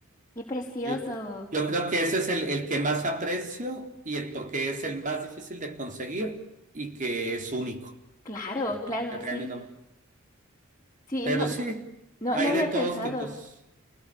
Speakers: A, on the left (about 15°); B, on the right (about 40°).
A: qué precioso.
B: Yo, yo creo que ese es el, el que más aprecio y el porque es el más difícil de conseguir y que es único,
A: Claro,
B: porque,
A: claro,
B: porque trae
A: sí.
B: mi nombre.
A: Sí,
B: Pero
A: no,
B: sí,
A: no,
B: hay
A: no había
B: de todos
A: pensado.
B: tipos.